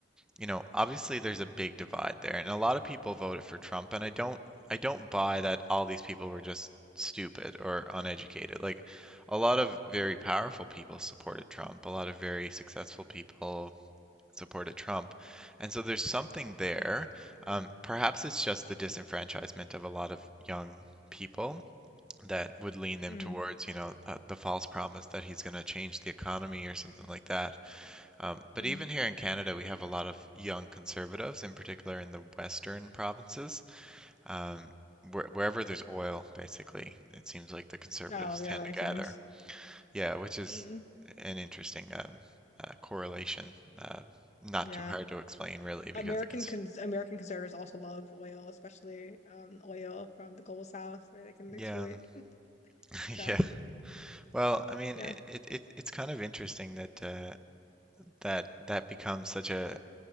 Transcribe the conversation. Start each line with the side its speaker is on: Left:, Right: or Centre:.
Centre: you know, obviously there's a big divide there, and a lot of people voted for Trump, and I don't I don't buy that all these people were just stupid or uneducated. Like a lot of very powerful people supported Trump, a lot of very successful people supported Trump, and so there's something there. Um, perhaps it's just the disenfranchisement of a lot of young people that would lean them
Left: Mm.
Centre: towards, you know, uh, the false promise that he's going to change the economy or something like that. Um, but
Left: Mm.
Centre: even here in Canada, we have a lot of young conservatives, in particular in the western provinces. Um, where, wherever there's oil, basically, it seems like the conservatives
Left: Oh, yeah,
Centre: tend
Left: that
Centre: to
Left: makes
Centre: gather.
Left: sense.
Centre: Yeah, which is
Left: Mm.
Centre: an interesting um, uh, correlation. Uh, not
Left: Yeah.
Centre: too hard to explain, really, because
Left: American
Centre: it can.
Left: cons American conservatives also love oil, especially um oil from the global south where they can exploit
Centre: Yeah, <laughs>
Left: extract.
Centre: yeah. Well, I mean,
Left: Yeah.
Centre: it, it, it it's kind of interesting that uh, that that becomes such a